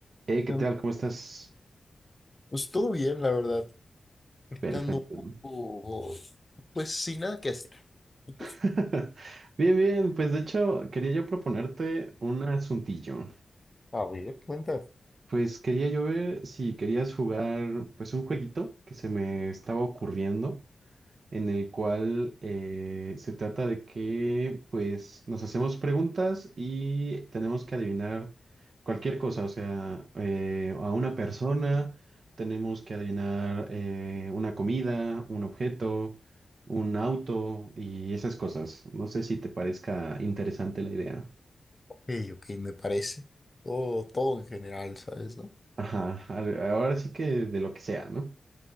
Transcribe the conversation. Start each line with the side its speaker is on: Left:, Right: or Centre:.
Right: Hey, ¿qué
Left: Em,
Right: tal? ¿Cómo estás?
Left: Pues todo bien, la verdad. Estando
Right: Perfecto.
Left: un
Right: ¿no?
Left: poco, pues sin nada que hacer. ¿Y tú?
Right: <laughs> Bien, bien, pues de hecho quería yo proponerte un asuntillo.
Left: A ver, cuenta. Ok,
Right: Pues quería yo ver si querías jugar pues un jueguito que se me estaba ocurriendo. en el cual eh, se trata de que pues nos hacemos preguntas y tenemos que adivinar cualquier cosa, o sea, eh, a una persona, tenemos que adivinar eh, una comida, un objeto, un auto y esas cosas. No sé si te parezca interesante la idea.
Left: ok, me parece. Todo, todo en general, ¿sabes, no?
Right: Ajá, a- ahora sí que de lo que sea, ¿no?